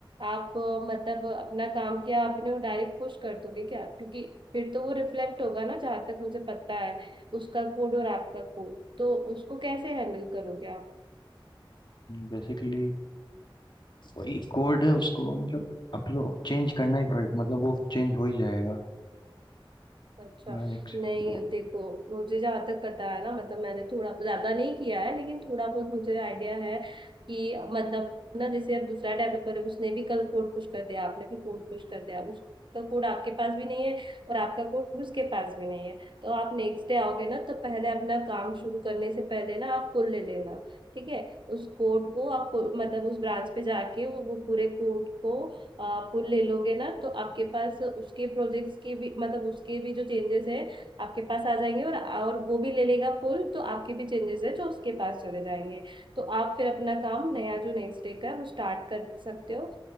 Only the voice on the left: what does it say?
बेसिकली वही कोड है उसको मतलब अपलोड चेंज करना ही पड़े मतलब वो चेंज हो ही जाएगा
हाँ, एक सेकंड।